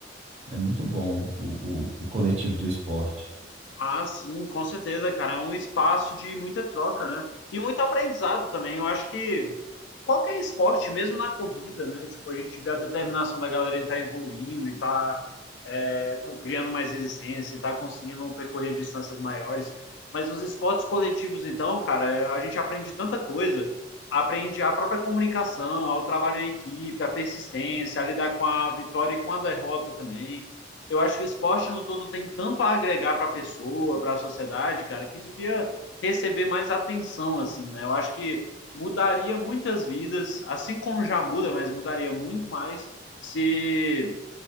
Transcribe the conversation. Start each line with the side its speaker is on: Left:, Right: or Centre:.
Right: É muito bom o, o, o coletivo do esporte.
Left: Ah, sim, com certeza, cara. É um espaço de muita troca, né? E muito aprendizado também. Eu acho que qualquer esporte, mesmo na corrida, né? Tipo, a gente vê a determinação da galera em estar evoluindo e tá, é, tão criando mais resistência, e tá conseguindo percorrer distâncias maiores. Mas nos esportes coletivos, então, cara, é, a gente aprende tanta coisa. Aprende a própria comunicação, ao trabalho em equipe, a persistência, a lidar com a vitória e com a derrota também eu acho que o esporte no todo tem tanto a agregar para a pessoa, para a sociedade, cara, que devia receber mais atenção, assim, né? Eu acho que mudaria muitas vidas, assim como já muda, mas mudaria muito mais se